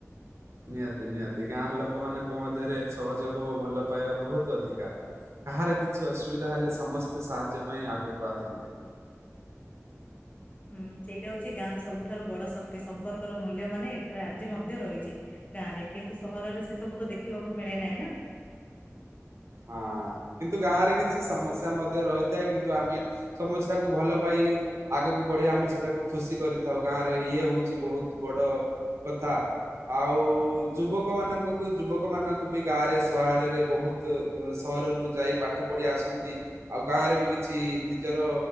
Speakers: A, on the right; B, on the left.
A: ନିହାତି ନିହାତି ଗାଁର ଲୋକମାନଙ୍କ ମଧ୍ୟରେ ସହଯୋଗ ଓ ଭଲ ପାଇବା ବହୁତ ଅଧିକା। କାହାର କିଛି ଅସୁବିଧା ହେଲେ ସମସ୍ତେ ସାହାଯ୍ୟ ପାଇଁ ଆଗକୁ ଆସନ୍ତି।
B: ହୁଁ ସେଇଟା ହଉଛି ଗାଁ ର ସବୁଠାରୁ ବଡ ଶକ୍ତି ସମ୍ପର୍କର ମୂଲ୍ୟ ମାନେ ଏଠାରେ ଆ ମଧ୍ୟ ରହିଛି ଗାଁ ରେ କିନ୍ତୁ ସହରରେ ସେ ସବୁ ତ ଦେଖିବାକୁ ମିଳେ ନାହିଁ ନା।
A: ହଁ କିନ୍ତୁ ଗାଁ ରେ କିଛି ସମସ୍ୟା ମଧ୍ୟ ରହିଥାଏ କିନ୍ତୁ ଆମେ ସମସ୍ୟାକୁୁ ଭଲ ପାଇ ଆଗକୁ ବଢି ଆମେ ସେଟାକୁ ଖୁସି କରିଥାଉ ଗାଁରେ ଇଏ ହଉଛି ବହୁତ ବଡ କଥା। ଆଉ ଯୁବକ ମାନଙ୍କୁ ଯୁବକ ମାନଙ୍କୁ ବି ଗାଁରେ ସହରରେ ବହୁତ ସହରରୁ ଯାଇ ପାଠ ପଢି ଆସନ୍ତି ଆଉ ଗାଁରେ ବି କିଛି ନିଜର